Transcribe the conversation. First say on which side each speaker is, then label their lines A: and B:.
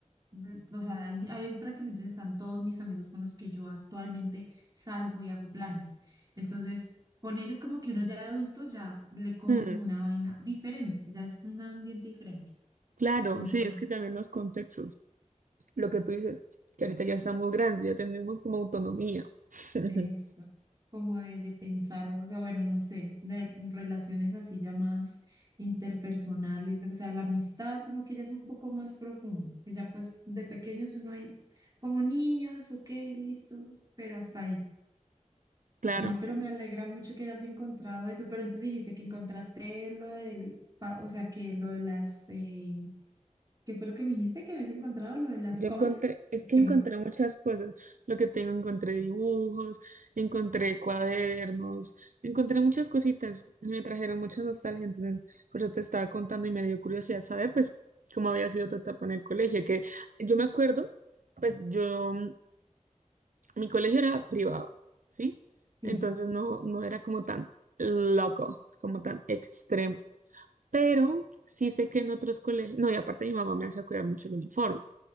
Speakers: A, on the right; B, on the right.
A: mm, O sea, ahí, ahí es prácticamente donde están todos mis amigos con los que yo actualmente salgo y hago planes. Entonces, con ellos como que uno ya de adulto ya le coge
B: mm,
A: como una vaina diferente, ya es un ambiente diferente.
B: claro,
A: Entonces,
B: sí, es que también los contextos, lo que tú dices, que ahorita ya estamos grandes, ya tenemos como autonomía. <laughs>
A: eso, como de, de pensar, o sea, bueno, no sé, de relaciones así ya más interpersonales, de- o sea, la amistad como que ya es un poco más profundo, que ya pues de pequeños uno ahí como niños, ok, listo, pero hasta ahí.
B: Claro.
A: Ay, pero me alegra mucho que hayas encontrado eso. Pero entonces dijiste que encontraste lo del, pa- o sea, que lo de las, eh, ¿qué fue lo que me dijiste que habías encontrado? Lo de las
B: Yo
A: cómics.
B: encontré, es
A: ¿Y
B: que
A: qué
B: encontré
A: más?
B: muchas cosas. Lo que tengo, encontré dibujos, encontré cuadernos, encontré muchas cositas. Me trajeron mucha nostalgia. Entonces, por eso te estaba contando y me dio curiosidad saber, pues, cómo había sido tu etapa en el colegio. Que yo me acuerdo, pues, yo, mi colegio era privado, ¿sí?
A: Sí,
B: Entonces, no, no era como tan loco, como tan extremo. Pero sí sé que en otros colegios, no, y aparte mi mamá me hacía cuidar mucho el uniforme